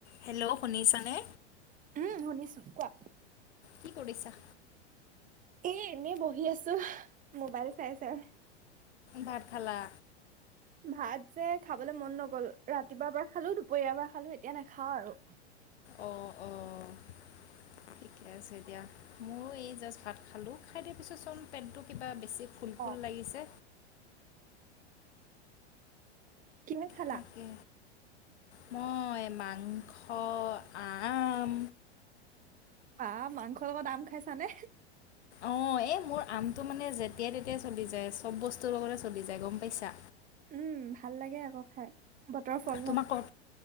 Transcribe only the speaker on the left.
Hello! শুনিছানে?
কি কৰিছা?
ভাত খালা?
অ', অ'। ঠিকে আছে দিয়া। মইয়ো এই জাষ্ট ভাত খালোঁ। খাই দিয়াৰ পিছত চোন পেটটো কিবা বেছি ফুল ফুল
লাগিছে।
তাকে মই মাংস, আম।
অঁ এই মোৰ আমটো মানে যেতিয়াই তেতিয়াই চলি যায় চব বস্তুৰ লগতে চলি যায়, গম পাইছা?
তোমাক
কওঁ